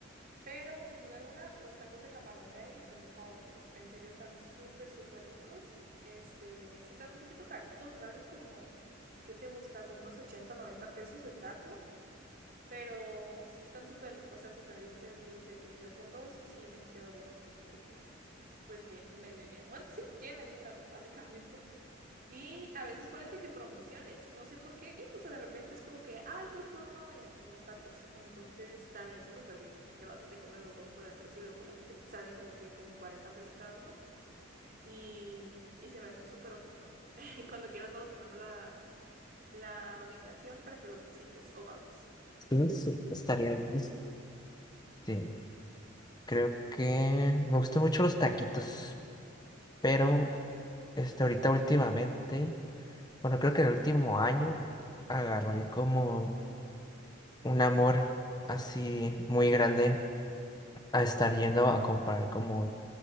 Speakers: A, on the right; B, on the left.
A: Pero sin duda alguna, los tacos de camarón de ahí son mis favoritos. En serio, están súper, súper ricos. Este, sí están un poquito caritos, valen como, ¿qué te gusta? Como unos 80 90 pesos el taco. Pero sí están súper, o sea, súper bien servidos de que yo con dos sí me quedo bien, pues, de que, pues, lle- medio lleno. Bueno, sí, llena, llena, <laughs> básicamente. Y a veces ponen de que promociones, no sé por qué, o sea, de repente es como que, ah, el dos por uno en los tacos. Entonces también está súper bien, que vas y te comes los dos por el precio de uno, que te salen como que como en 40 pesos cada uno. Y, y se me hace un súper ofertón. <laughs> Cuando quieras, luego te mando la, la ubicación para que los visites o vamos.
B: Sí, sí, estaría bien. Sí, creo que me gustan mucho los taquitos, pero este, ahorita últimamente, bueno, creo que el último año agarré como un amor así muy grande a estar yendo a comprar como